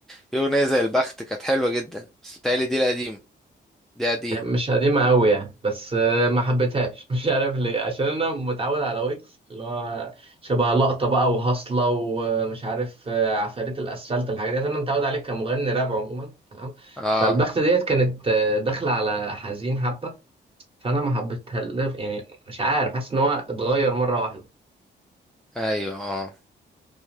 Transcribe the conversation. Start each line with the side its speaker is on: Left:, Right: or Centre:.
Centre: في أغنية زي البخت كانت حلوة جدا بس بتهيألي دي القديم دي قديم
Right: يعني مش قديمة أوي يعني بس آه، ما حبيتهاش <laughs> مش عارف ليه عشان أنا متعود على ويجز اللي هو شبه لقطة بقى وهصلة ومش عارف آه، عفاريت الأسفلت الحاجات ديت أنا متعود عليه كمغني راب عموما تمام
Centre: اه
Right: فالبخت ديت كانت آه، داخلة على حزين حبة فأنا ما حبيتها يعني مش عارف حاسس إن هو اتغير مرة واحدة
Centre: ايوه اه